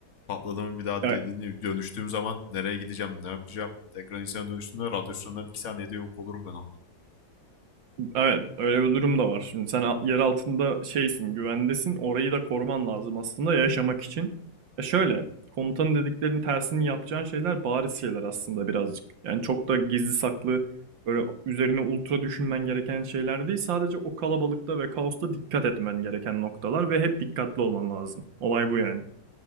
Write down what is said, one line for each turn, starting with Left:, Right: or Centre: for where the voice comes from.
Left: Patladı mı bir daha
Right: Ya
Left: dediğini dönüştüğüm zaman nereye gideceğim, ne yapacağım? Tekrar insana dönüştüğümde radyasyondan 2 saniyede yok olurum ben orada.
Right: Evet, öyle bir durum da var. Şimdi sen a- yer altında şeysin, güvendesin. Orayı da koruman lazım aslında yaşamak için. E şöyle, komutanın dediklerinin tersini yapacağın şeyler bariz şeyler aslında birazcık. Yani çok da gizli saklı, böyle üzerine ultra düşünmen gereken şeyler değil. Sadece o kalabalıkta ve kaosta dikkat etmen gereken noktalar ve hep dikkatli olman lazım. Olay bu yani.